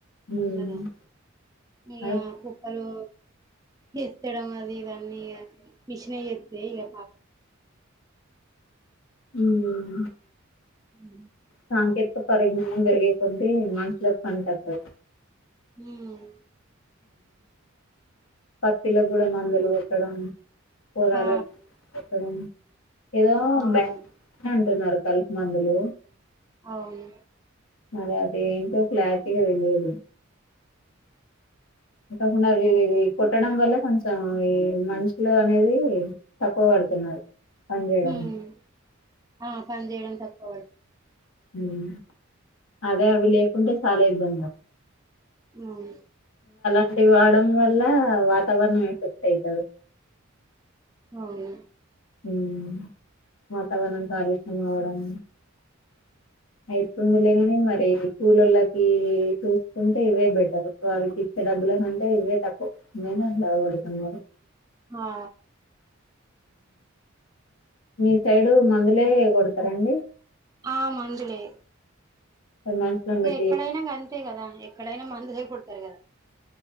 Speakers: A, on the left; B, on the right.
A: ఉమ్,
B: ఏంవో ఈ
A: అద్-
B: కుప్పలు ఎత్తడం అది ఇదీ అన్నీ మిషనే చేత్తే ఇహ పాప
A: మ్
B: మ్
A: సాంకేతిక పరిజ్ఞానం పెరిగే కొద్దీ మనుషులకు పని తక్కువ
B: మ్
A: పత్తిలకు గుడ మందులు పెట్టడం పొలాల
B: ఆ
A: కొట్టడం ఏదో
B: అవును
A: బ్యాం అంటున్నారు కలుపు మందులు
B: అవును
A: మరి అది ఏంటో క్లారిటీగా తెలియదు అకాకుండా అవి ఇవి పెట్టడం వల్ల కొంచెం ఈ మనుషులు అనేది తక్కువ వడ్ పడుతున్నారు పని చేయడము.
B: ఉమ్ ఆ పని చేయడం తక్కువ వడ్
A: ఉం అదే అవి లేకుంటే చాలా ఇబ్బంది పడ్
B: ఉమ్
A: ఇంటి వాడడం వల్ల వాతావరణం ఎఫెక్ట్ ఐతది.
B: అవును
A: ఉమ్ వాతావరణం కాలుష్యం అవడం అయితుంది లేగాని మరి కూలోల్లకు చూసుకుంటే ఇవే బెటర్ వారికి డబ్బుల కంటే ఇవే తక్కు, నేను లా పడుతున్న మరి
B: హా
A: మీ సైడు మందులే కొడతరండి?
B: ఆ మందులే
A: మనుషులను
B: ఇగ
A: పెట్టి
B: ఎక్కడైనా గంతే కదా ఎక్కడైనా మందులే కొడతరు కదా.